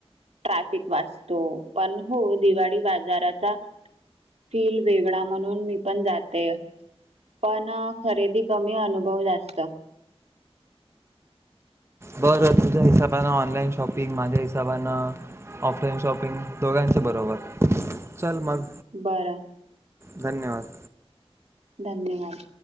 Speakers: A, on the right; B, on the right.
A: ट्रॅफिक वाचतो. पण हो, दिवाळी बाजाराचा फील वेगळा म्हणून मी पण जाते. पण खरेदी कमी, अनुभव जास्त.
B: बरं, तुझ्या हिसाबान ऑनलाईन शॉपिंग, माझ्या हिसाबान ऑफलाईन शॉपिंग दोघांच बरोबर. चल मग.
A: बरं.
B: धन्यवाद.
A: धन्यवाद.